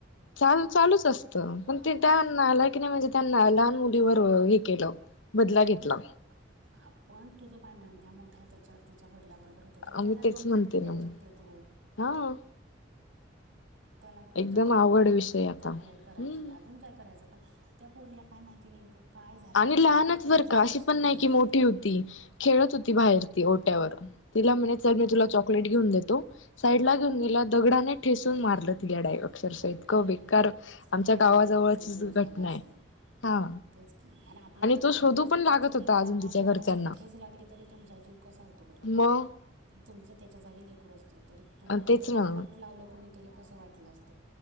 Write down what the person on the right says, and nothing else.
हां
मग
पण आपण तुझ भांडण त्या मोठ्या त्याच्या तिच्या बरोबर होत त्याला
दोन
फटके द्यायचे
होते तू.
त्याला त्याच्या
बरोबर
भांडायचं
कंप्लेंट
करायची अजून काय करायचं पण. त्या पोरीला कायं माहिती नेमकं. काय झालं
आपल्याला
आपला
जीव
कशामुळे
गेला
बापरे
काय
त्या लेकराचा जीव झाला
असेल
तेच की आणि आपल्याला
आपल्या
स्वतःच्या
लेकरांना
जर
असं ठेच लागली तरी तुमचा जीव कसा होतो बरं.
तुमचं त्याच्या जागी लेकरू असत तर तुम्हाला
त्याला
बोट लावलं कोणीतरी कसं वाटलं असत.